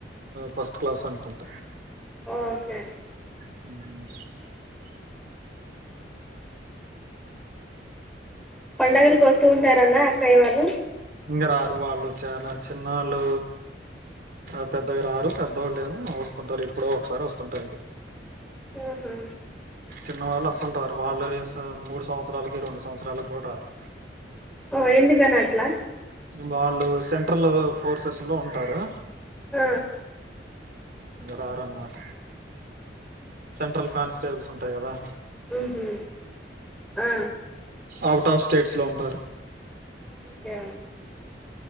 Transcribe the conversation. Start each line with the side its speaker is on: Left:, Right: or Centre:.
Right: ఫస్ట్ క్లాస్ అనుకుంట
Centre: ఓకె అండి
Right: ఉ
Centre: పండగలకు వస్తూ ఉంటారన్న అక్కయ్య వాళ్ళు
Right: ఇక రారు వాళ్ళు చాలా చిన్నళ్ళు ఆ పెద్దగా రారు పెద్దవాళ్ళు ఏమో వస్తుంటారు ఇప్పుడో ఒకసారి వస్తుంటారు
Centre: ఉహు
Right: చిన్న వాళ్ళు అసలు రారు వాళ్ళు మూడు సంవత్సరాలకి రెండు సంవత్సరాలకు కూడా రారు
Centre: ఓ ఎందుకని అట్లా
Right: వాళ్ళు సెంట్రల్ ఫోర్సెస్ లో ఉంటారు
Centre: ఆ
Right: రారన్నమాట సెంట్రల్ కానిస్టేబుల్స్ ఉంటాయి కదా
Centre: ఉహు ఆ
Right: అవుట్ ఆఫ్ స్టేట్స్ లో ఉంటారు
Centre: ఓకే